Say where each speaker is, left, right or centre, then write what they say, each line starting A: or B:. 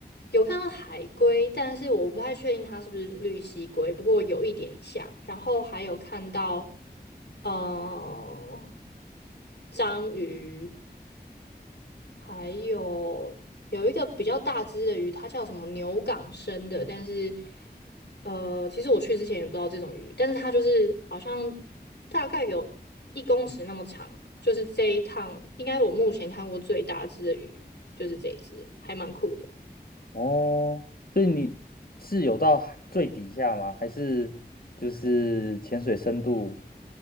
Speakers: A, on the left (about 80°); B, on the left (about 60°).
A: 有看到海龟，但是我不太确定它是不是绿蜥龟，不过有一点像。然后还有看到呃章鱼，还有有一个比较大只的鱼，它叫什么牛港生的，但是呃，其实我去之前也不知道这种鱼，但是它就是好像大概有一公尺那么长，就是这一趟应该我目前看过最大只的鱼就是这一只，还蛮酷的。
B: 哦，所以你是有到海最底下吗？还是就是潜水深度